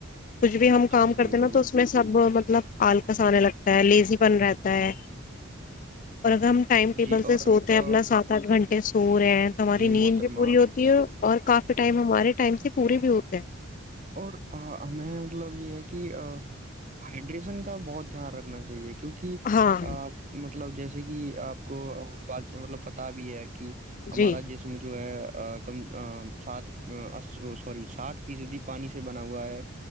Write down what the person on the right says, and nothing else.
جی
جی بالکل
جی
اور
آ،
جی محترمہ
اور ہمیں مطلب یہ ہے کہ ہائڈریشن کا بہت دھیان رکھنا چاہیے کہ کیونکہ
مطلب جیسے ج کہ آپ کو بات مطلب پتا بھی ہے کہ کہ ہمارا
جسم جو ہے کم سات سی ساٹ فیصدی پانی سے بنا ہوا ہے